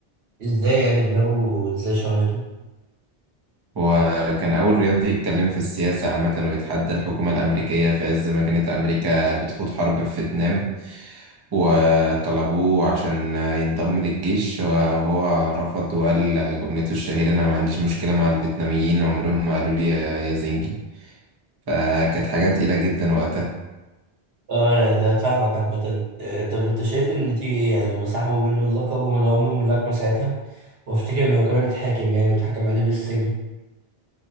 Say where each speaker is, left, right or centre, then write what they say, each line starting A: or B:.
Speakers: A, on the right; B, on the right.
A: ازاي يعني دماغه ازاي شهرته
B: هو كان أول رياضي يتكلم في السياسة عامة ويتحدى الحكومة الأمريكية في عز ما كانت أمريكا بتخوض حرب في فيتنام وطلبوه عشان ينضم للجيش وهو رفض وقال جملته الشهيرة أنا ما عنديش مشكلة مع الفيتناميين عمرهم ما قالوا لي يا زنجي فكانت حاجة تقيلة جدا وقتها
A: اه يعني ده فاهمك عامة آه، طب انت شايف ان دي ايه يعني هما سحبوا منه اللقب ومن عمر الملاكمة ساعتها وافتكر ان هو كمان اتحاكم يعني واتحكم عليه بالسجن